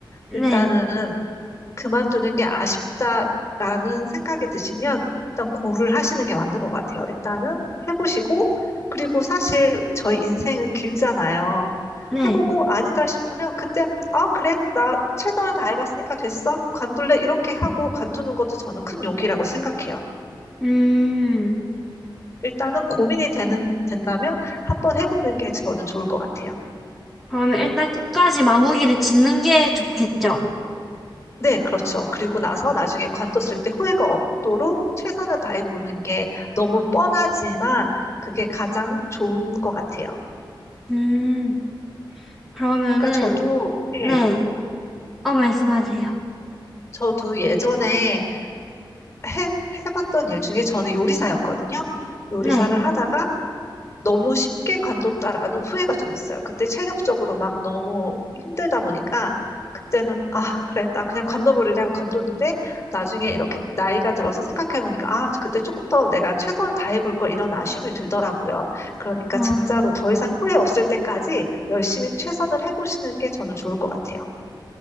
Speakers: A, in the centre; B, on the left.
A: 네,
B: 일단은 그만두는 게 아쉽다라는 생각이 드시면 일단 고를 하시는 게 맞는 것 같아요. 일단은 해보시고, 그리고 사실 저희 인생은 길잖아요.
A: 네.
B: 해보고 아니다 싶으면 그때, 아, 그래? 나 최선을 다해봤으니까 됐어? 관둘래? 이렇게 하고 관두는 것도 저는 큰 용기라고 생각해요.
A: 음,
B: 일단은 고민이 되는, 된다면 한번 해보는 게 저는 좋을 것 같아요.
A: 그러면 일단 끝까지 마무리를 짓는 게 좋겠죠?
B: 네, 그렇죠. 그리고 나서 나중에 관뒀을 때 후회가 없도록 최선을 다해 보는 게 너무 뻔하지만 그게 가장 좋은 것 같아요.
A: 음, 그러면은,
B: 그러니까 저도, 예,
A: 네. 어, 말씀하세요.
B: 저도 예전에 해, 해봤던 일 중에 저는 요리사였거든요. 요리사를
A: 네.
B: 하다가 너무 쉽게 관뒀다라는 후회가 좀 있어요. 그때 체력적으로 막 너무 힘들다 보니까 그때는 아, 그래. 나 그냥 관둬버리려고 관뒀는데 나중에 이렇게 나이가 들어서 생각해보니까 아, 그때 조금 더 내가 최선을 다해볼 걸 이런 아쉬움이 들더라고요. 그러니까
A: 어,
B: 진짜로 더 이상 후회 없을 때까지 열심히 최선을 해보시는 게 저는 좋을 것 같아요.